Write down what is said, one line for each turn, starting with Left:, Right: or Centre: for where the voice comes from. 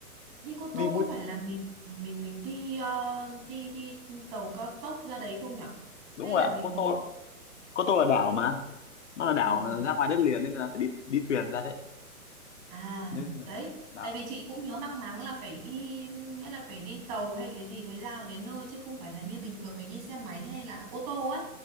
Right: đi Cô
Left: đi
Right: Tô
Left: vui
Right: có phải
Left: chơi
Right: là mình mình mình đi ờ, đi đi tàu cao tốc ra đấy không nhở? Hay
Left: đúng rồi
Right: là
Left: ạ
Right: mình
Left: Cô
Right: đi
Left: Tô Cô Tô là đảo mà nó là đảo
Right: ờ
Left: ra ngoài đất liền nên là phải đi đi thuyền ra đấy
Right: à
Left: nên là
Right: đấy,
Left: đảo
Right: tại vì chị cũng nhớ mang máng là phải đi nghĩa là phải đi tàu hay cái gì mới ra được đến nơi chứ không phải là như bình thường mình đi xe máy hay là ô tô ấy.